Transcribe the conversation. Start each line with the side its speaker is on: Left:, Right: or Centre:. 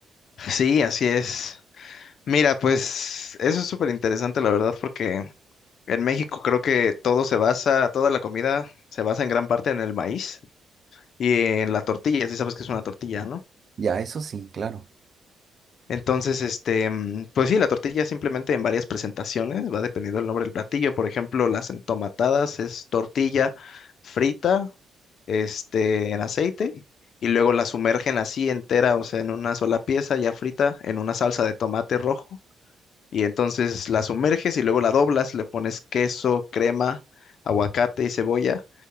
Left: Sí, así es. Mira, pues eso es súper interesante, la verdad, porque en México creo que todo se basa, toda la comida se basa en gran parte en el maíz y en la tortilla, sí sabes que es una tortilla, ¿no?
Right: Ya, eso sí, claro.
Left: Entonces, este, mm, pues sí, la tortilla simplemente en varias presentaciones, va dependiendo del nombre del platillo. Por ejemplo, las entomatadas es tortilla frita, este, en aceite, y luego la sumergen así entera, o sea, en una sola pieza ya frita, en una salsa de tomate rojo. Y entonces la sumerges y luego la doblas, le pones queso, crema, aguacate y cebolla,